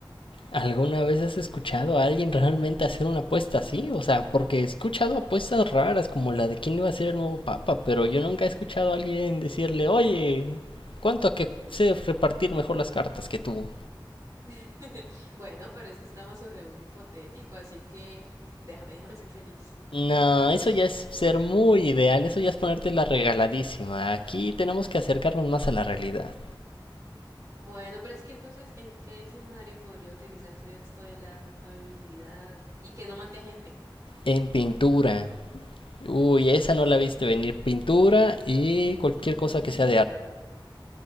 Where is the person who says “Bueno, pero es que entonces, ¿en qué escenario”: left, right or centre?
Right